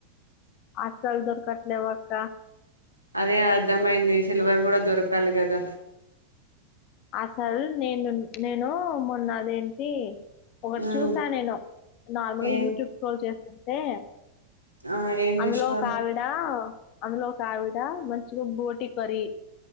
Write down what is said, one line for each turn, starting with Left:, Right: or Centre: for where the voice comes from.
Left: ఆకాల దరకట్లేవాక్క
Right: అదే అర్థమయింది సేలవలు కూడా దొరకాలి కదా
Left: ఆ సార్ నేను నేను మొన్నదేంటి ఒకటి
Right: ఉమ్
Left: చూసా నేను నార్మల్గా
Right: ఏం
Left: యూట్యూబ్ స్ట్రోల్ చేస్తా ంటే
Right: ఆ ఏం
Left: అందులో
Right: చేసినారు
Left: ఒక ఆవిడ అందులో ఆవిడ మంచిగా బోటి కర్రీ